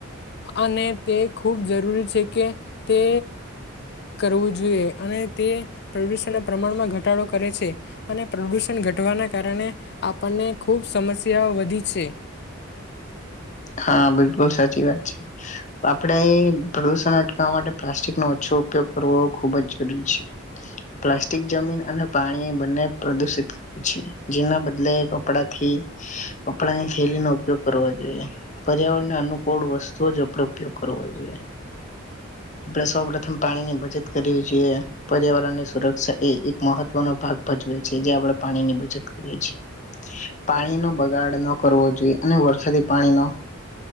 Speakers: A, on the left; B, on the left.
A: અને તે ખુબ જરૂરી છે. કે તે કરવું જોઈએ અને તે પ્રદુષણના પ્રમાણમાં ઘટાડો કરે છે. અને પ્રદુષણ ઘટવાના કારણે. આપણને ખુબ સમસ્યાઓ વધી છે.
B: હ <inaudible> હા. બિલકુલ સાચી વાત છે. આપડે એ પ્રદુષણ અટકાવવા માટે પ્લાસ્ટિક નો ઓછો ઉપયોગ કરવો ખુબ જ જરૂરી છે. પ્લાસ્ટિક જમીન અને પાણી બંને પ્રદુષિત કરે છે. જેના બદલે કપડા થી કપડા ની થેલી નો ઉપયોગ કરવો જોઈએ. પર્યાવરણને અનુકૂળ વસ્તુ જ આપડે ઉપયોગ કરવા જોઈએ. આપણે સૌ પ્રથમ પાણી ની બચત કરવી જોઈએ, પર્યાવરણની સુરક્ષા એ એક મહત્વનો ભાગ ભજવે છે. જે આપડે પાણી ની બચત કરીએ છીએ. પાણી નો બગાડ ન કરવો જોઈએ, અને વરસાદી પાણી નો